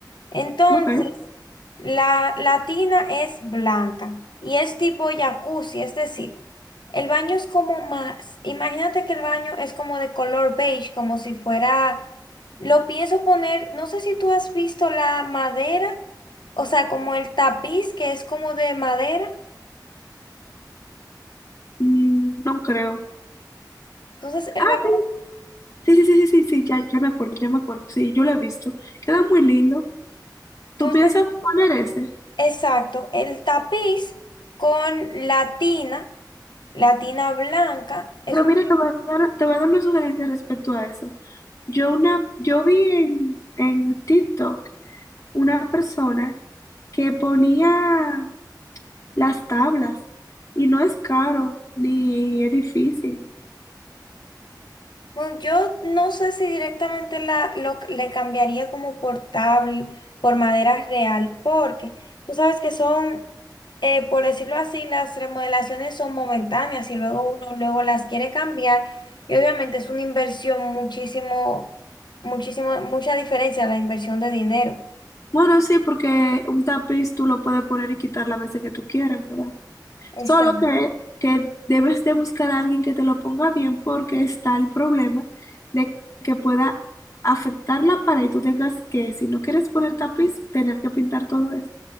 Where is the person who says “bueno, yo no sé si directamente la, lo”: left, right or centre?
Left